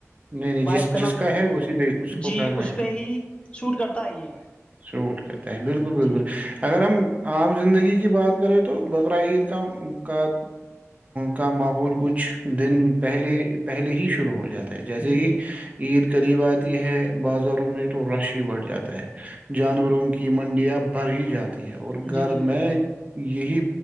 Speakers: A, on the right; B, on the left.
A: نہیں نہیں جس
B: وائف کا
A: جس
B: نام کر
A: ہے اسی پہ اس کو
B: جی
A: کرنا
B: اس پہ ہی سوٹ کرتا ہے یہ
A: شورٹ کرتا ہے بالکل بالکل
B: جی
A: اگر ہم عام زندگی کی بات کریں تو بکرا عید کا کا کا ماحول کچھ دن پہلے پہلے ہی شروع ہو جاتا ہے جیسے
B: جی
A: ہی عید قریب آتی ہے بازاروں میں تو رش ہی بڑھ جاتا ہے جانوروں کی منڈیاں بھر ہی جاتی ہے اور
B: جی
A: گھر
B: جی جی
A: میں یہی